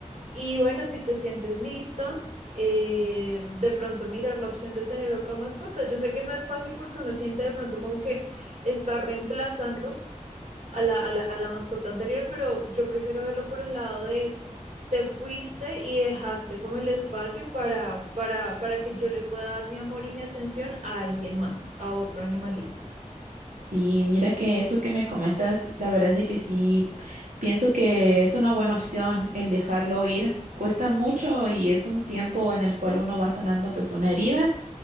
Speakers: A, on the right (about 65°); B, on the right (about 85°).
A: Y bueno, si te sientes lista, eh, de pronto mirar la opción de tener otra mascota. Yo sé que no es fácil porque uno siente de pronto como que está reemplazando a la, a la, a la mascota anterior, pero yo prefiero verlo por el lado de te fuiste y dejaste como el espacio para, para, para que yo le pueda dar mi amor y mi atención a alguien más, a otro animalito.
B: Sí, mira que eso que me comentas, la verdad es de que sí, pienso que es una buena opción el dejarlo ir. Cuesta mucho y es un tiempo en el cual uno va sanando pues una herida,